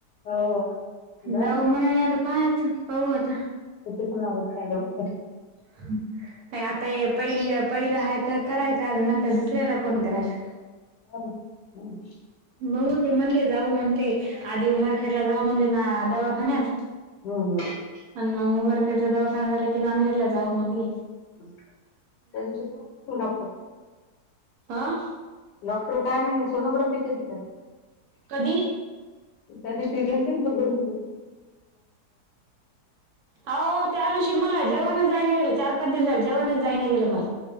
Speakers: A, on the left; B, on the right.
A: हो हो. जा
B: जाऊ म्हणाले आता पाहायचं पाहू आता.
A: यु्हा गोत्तय <unintelligible>
B: हाय आता हे पहिल्या. पहिला ह तर करायचं नंतर दुसऱ्याला कोण करायला.
A: हा ना हम.
B: बघू ते म्हणले जाऊ म्हणले आधी उमरखेडला जाऊ म्हणले ना दवाखान्यात.
A: हम् हम्
B: पण मग उमारकेडच दवाखान झालं की नांदेडला जाऊ म्हणली
A: ह त्यांच डॉक्टर
B: आह
A: डॉ काय म्हण सोनोग्राफी केली का.
B: कधी
A: त्याच्या सगनस बघुनु
B: अह त्या दिवशी मला जेवणच जाय नाही गेलं चार पाच दिवसले जेवणच जाय नाही गेलं मला.